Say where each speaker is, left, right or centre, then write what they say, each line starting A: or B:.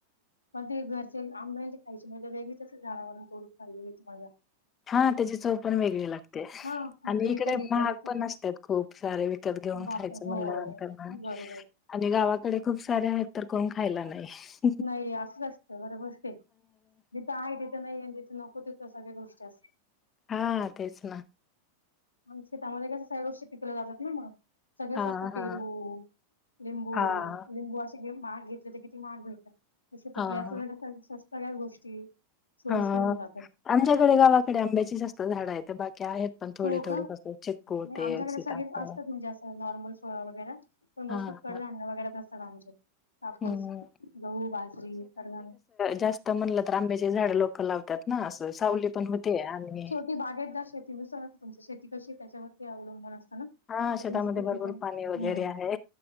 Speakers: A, on the left (about 80°); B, on the left (about 25°).
A: पणं ते घरचे आंब्यांची खांयचे म्हजे वेगळीच झाडांवरुन खांयची मज्यां
B: हां त्यांची चवं पणं वेगळी लागते
A: हा मग
B: आणि
A: ते विकत
B: इकडे
A: घेतलं
B: महागं
A: जातं
B: पणं
A: ते
B: असतांत खूंप सारे त्यांत घेऊन
A: बाप
B: खायचं
A: हो
B: म्हणलंंतर
A: बरोबर
B: आणि गावांकडे खूंप सारे आहेतं तरं कोणं खांयला नाहीं
A: नाहीं असं असतं बरोबर ते जिथं आहे तिथं नाहीं तिथे नको तिथं सगळ्यां गोष्टी असतांत
B: हां तेचं नां
A: शेतां मध्ये कसं सगळ्यां गोष्टी पिकल्या जातांत नां मंग सगळेच
B: हां,
A: असतांत पेरू
B: हां,
A: लिंबू
B: हां,
A: लिंबू असे माघं घेतले तरं किती माघ भेटतांत तशी
B: हां,
A: तकल्यां असंग सं असतं कायं गोष्टी सोयीस्कर
B: हां
A: होऊन जातात.
B: आमच्याकडे गावांकडे आंब्याची जास्तं झाडं आहेथ बाकी आहेतं पणं थोडे
A: हो
B: थोडे
A: का?
B: कसं चितपूडते
A: नाही आमच्याकडे
B: सीताफळ
A: सगळेच असतात म्हणजे असं नॉर्मल सोया वगैरें मं मोस्ट
B: हां,
A: ऑफ कडधान्य
B: हां,
A: वगैरेचं असतांत आमच्या कडे कापूंस
B: हं.
A: गहूं बाजरी खंडवा
B: जास्तं म्हणलं तरं आंब्याची झाडं लोकं लावतांत नां असं सावली पणं होते आणि
A: ती बागेत दर शेती नुसार तुमच शेती कशी त्याच्यावरती अवलंबून असत ना?
B: हा
A: तर
B: शेतामध्ये
A: तुमची शेती
B: भरपूर
A: पण
B: पाणी वगैरे
A: हम्म
B: आहे